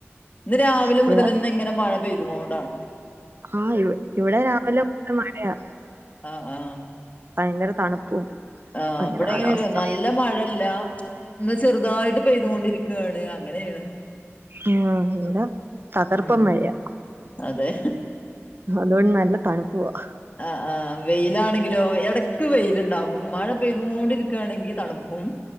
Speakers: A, on the left; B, on the right.
A: ഇന്ന് രാവിലെ
B: ഇവിടെ
A: മുതലന്നെങ്ങനെ മഴ പെയ്ത്ങ്ങോണ്ടാണ്.
B: ആഹ് ഇവ ഇവിടെ രാവിലെ മുതൽ മഴയാ
A: ആഹ് ആഹ്
B: ഭയങ്കര തണുപ്പും
A: ആഹ്
B: ഭയങ്കര
A: ഇബടെ
B: കാലാവസ്ഥ
A: ങ്ങനെയാറിയോ നല്ല മഴല്ല ഇന്ന് ചെറുതായിട്ട് പെയ്തുകൊണ്ടിരിക്കാണ് അങ്ങനെണ്
B: ആഹ് ഇവടെ തകർപ്പം
A: ഉം
B: മഴയാ
A: അതെ
B: അതുകൊണ്ട് നല്ല തണുപ്പുവാ
A: ആഹ് ആഹ് വെയിലാണെങ്കിലോ എടക്ക് വെയില്ണ്ടാകും മഴ പെയതോണ്ടിരിക്കാണെങ്കി തണുപ്പ് ഉം